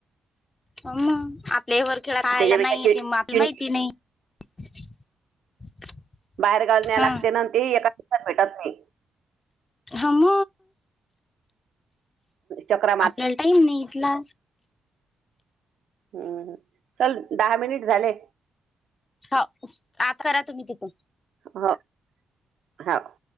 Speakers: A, on the left; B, on the right.
A: मग आपल्या वर खेळा
B: त्याच्यापेक्षा
A: नाही
B: कि
A: तेग आपला
B: किं
A: माहिती नाही <unintelligible> <inaudible>
B: बाहेर गावला न्याय
A: हा
B: लागते न, ते एकाात भेटत नाही.
A: ह म.
B: चक्र <unintelligible>
A: आपल्याला टाईम नाही इथला.
B: हम्म चल, दहा मिनिट झाले.
A: हाव आ करा तुम्ही तिथण
B: हो हौव.